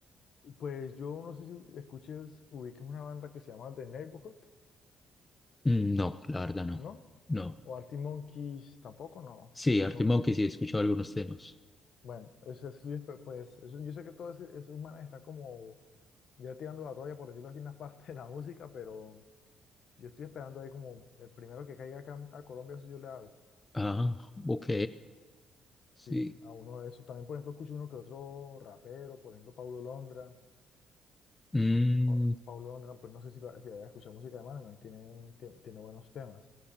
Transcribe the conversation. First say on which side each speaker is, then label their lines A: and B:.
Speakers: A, on the left; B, on the left.
A: Pues yo no sé si escuches, ubiques una banda que se llama The Neighborhood,
B: Mm, No, la verdad no.
A: ¿no?
B: No.
A: O Artie Monkeys, tampoco, no.
B: Sí,
A: Que
B: Arctic
A: son de,
B: sí, he escuchado algunos temas.
A: bueno, eso es, pues, eso, yo sé que todos esos esos manes están como ya tirando la toalla, por decirlo así, en la <laughs> parte de la música, pero yo estoy esperando ahí como el primero que caiga acá a Colombia, eso yo le hago.
B: Ah, ok, sí.
A: Sí, a uno de esos. También, por ejemplo, escucho uno que otro rapero, por ejemplo, Paulo Londra.
B: Mm,
A: Pa- Paulo Londra, pues no sé si, lo, si había escuchado música de Manuel, tiene, tiene tiene, buenos temas.